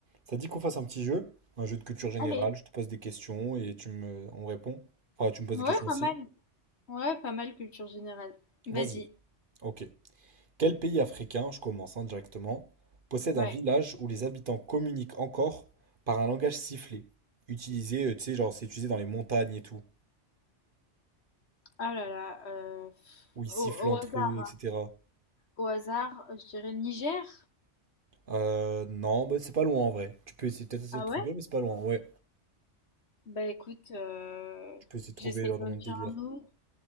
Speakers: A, on the right; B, on the left.
A: Ça dit qu'on fasse un petit jeu, un jeu de culture générale,
B: Allez,
A: je te pose des questions et tu me on répond. Enfin, tu me poses
B: ouais,
A: des questions
B: pas
A: aussi.
B: mal. Ouais, pas mal culture générale. Vas-y.
A: Vas-y. Ok. Quel pays africain, je commence hein, directement, possède
B: Ouais.
A: un village où les habitants communiquent encore par un langage sifflé, utilisé, euh, tu sais, genre c'est utilisé dans les montagnes et tout,
B: Ah là là. euh,
A: où ils sifflent
B: au, au
A: entre
B: hasard,
A: eux, etc.
B: au hasard, je dirais le Niger.
A: Euh, non, bah, c'est pas loin en vrai. Tu peux essayer peut-être essayer
B: Ah
A: de trouver,
B: ouais?
A: mais c'est pas loin. Ouais,
B: Bah écoute, euh,
A: tu peux essayer de trouver
B: j'essaie
A: genre dans
B: d'en
A: le
B: dire
A: même délire.
B: un autre.